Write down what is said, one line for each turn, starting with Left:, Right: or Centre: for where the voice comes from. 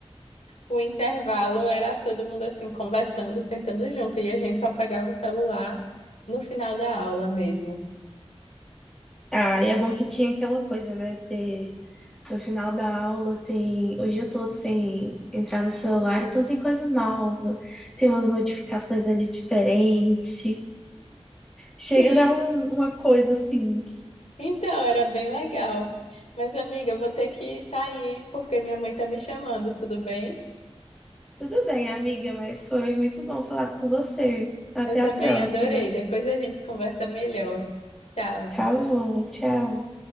Left: O intervalo era todo mundo assim, conversando, sentando junto, e a gente só pegava o celular no final da aula mesmo.
Centre: Ah, e é bom que tinha aquela coisa, né? Você, no final da aula, tem o dia todo sem entrar no celular, então tem coisa nova, tem umas notificações ali diferentes. Chega
Left: Sim,
Centre: a dar um- uma coisa assim.
Left: então era bem legal. Mas, amiga, eu vou ter que sair porque minha mãe tá me chamando, tudo bem?
Centre: Tudo bem, amiga, mas foi muito bom falar com você. Até
Left: Eu também
Centre: a próxima.
Left: adorei. Depois a gente conversa melhor. Tchau.
Centre: Tá bom, tchau.